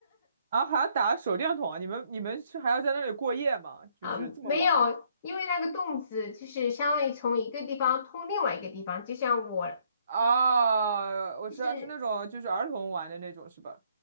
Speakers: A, on the right; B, on the left.
A: 啊，还要打手电筒啊？你们你们是还要在那里过夜吗？
B: <laughs>
A: 就是这么晚了。
B: 啊，没有，因为那个洞子就是相当于从一个地方通另外一个地方，就像我
A: 啊，我知道是那种就是儿童玩的那种是吧？
B: 就是